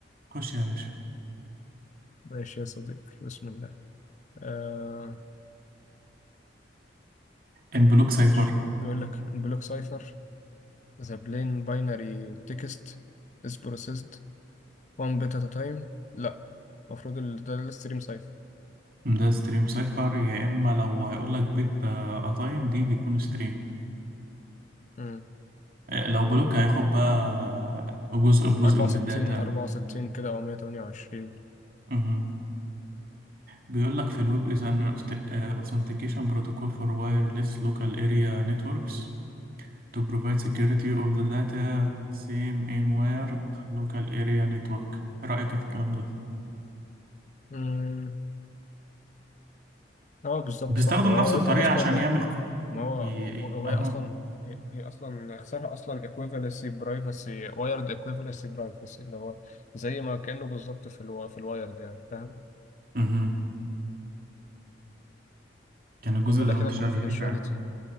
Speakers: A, on the right (about 50°); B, on the left (about 40°).
A: خش يا باشا
B: ماشي يا صديقي بسم الله آه
A: ان بلوك
B: ماشي
A: سايفر
B: بيقول لك بلوك سايفر ذا بلين باينري تكست از بروسيسد 1 بيت ات تايم لا المفروض ال- ده الستريم سايفر
A: ده ستريم سايفر يا اما لو هيقول لك بيت قطايم دي بيكون ستريم
B: مم.
A: آه، لو بلوك هياخد بقى جزء بجزء
B: 64
A: من الداتا
B: 64 كده او 128
A: مهم. بيقول لك في الويب is an aust- آه، authentication protocol for wireless local area networks to provide security of the data same in wired local area network ايه رأيك إيه في الكلام ده
B: امم اه بالظبط
A: بيستخدم
B: صح ما هو
A: نفس الطريقة
B: يبقى اصلا
A: عشان يعمل ك-
B: ما هو
A: ي... ي-
B: هو
A: اهو
B: هي اصلا هي, هي اصلا اختصارها اصلا equivalency privacy wired equivalency privacy اللي هو زي ما كانه بالظبط في الوا- في الوايرد يعني فاهم
A: مهم. كان الجزء
B: وبيقول
A: ده
B: لك
A: متشابه
B: هنا ال confidentiality
A: فيه فعلا